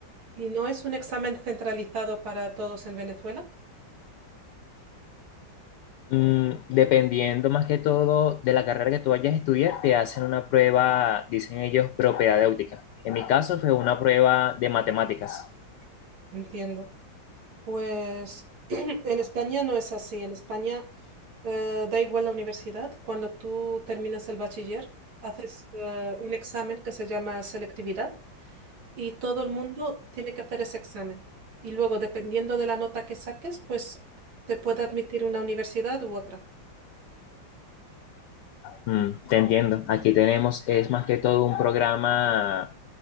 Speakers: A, on the right; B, on the left.
A: ¿Y no es un examen centralizado para todos en Venezuela?
B: Mm, dependiendo más que todo de la carrera que tú vayas a estudiar, te hacen una prueba, dicen ellos, propedéutica. En mi caso fue una prueba de matemáticas.
A: Entiendo. Pues <clears throat> en España no es así. En España eh, da igual la universidad. Cuando tú terminas el bachiller, haces eh, un examen que se llama selectividad y todo el mundo tiene que hacer ese examen. Y luego, dependiendo de la nota que saques, pues te puede admitir una universidad u otra.
B: Mm, te entiendo. Aquí tenemos, es más que todo un programa